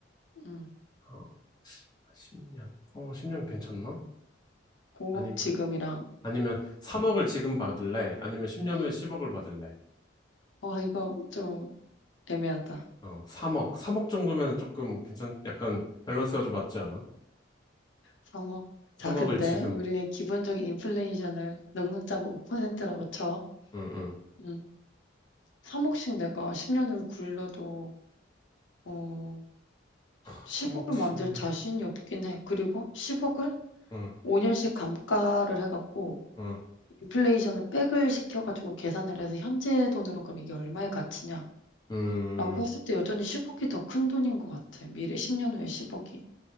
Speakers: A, on the left; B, on the left.
A: 응
B: 어, 10년. 어, 10년 괜찮나?
A: 5억
B: 아님
A: 지금이랑,
B: 아니면 3억을 지금 받을래? 아니면 10년
A: 응
B: 후에 10억을 받을래?
A: 와, 이거 좀 애매하다.
B: 어, 3억. 3억 정도면 조금 괜찮, 약간 밸런스가 좀 맞지 않아?
A: 3억.
B: 3억을
A: 자, 근데
B: 지금,
A: 우리의 기본적인 인플레이션을 넉넉 잡아 5%라고 쳐.
B: 응, 응.
A: 응 3억씩 내가 10년을 굴러도, 어, 10억을
B: 3억 10년.
A: 만들 자신이 없긴 해. 그리고 10억을
B: 응,
A: 5년씩 감가를 해갖고
B: 응.
A: 인플레이션을 백을 시켜가지고 계산을 해서 현재 돈으로 그럼 이게 얼마의 가치냐라고
B: 음,
A: 했을 때 여전히 10억이 더 큰 돈인 것 같아. 미래 10년 후에 10억이.